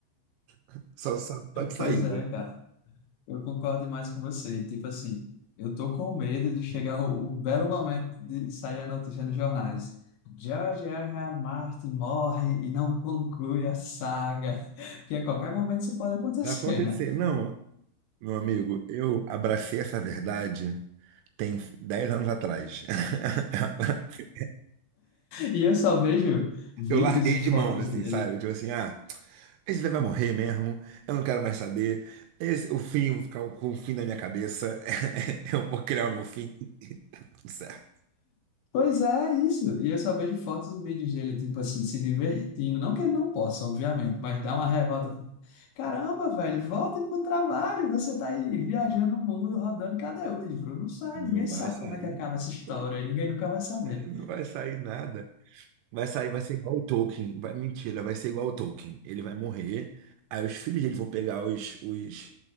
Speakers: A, on the right; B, on the left.
A: <laughs> só, só, só de saída.
B: Pois é, cara. Eu concordo demais com você. Tipo assim, eu tô com medo de chegar o, o belo momento de sair a notícia nos jornais. George R. R. Martin morre e não conclui a saga. <laughs> Porque a qualquer momento isso pode acontecer,
A: Vai acontecer.
B: né?
A: Não, meu amigo, eu abracei essa verdade tem 10 anos atrás. <laughs>
B: E eu só vejo vídeos
A: Eu larguei
B: e
A: de
B: fotos
A: mão, assim,
B: dele.
A: sabe? Tipo assim, ah, esse daí vai morrer mesmo, eu não quero mais saber. Esse, o fim, vou ficar com o fim da minha cabeça. <laughs> Eu vou criar o meu fim, tudo certo.
B: Pois é, isso. E eu só vejo fotos e vídeos dele, tipo assim, se divertindo. Não que ele não possa, obviamente, mas dá uma revolta. Caramba, velho, volte pro trabalho. Você tá aí viajando o mundo, rodando. Cadê o livro? Não sai,
A: Não
B: ninguém sabe
A: vai sair,
B: como é que acaba
A: não
B: essa história.
A: vai
B: Ninguém nunca vai saber.
A: não vai sair nada. Vai sair, vai ser igual o Tolkien. Vai, mentira, vai ser igual o Tolkien. Ele vai morrer. Aí os filhos dele vão pegar os, os,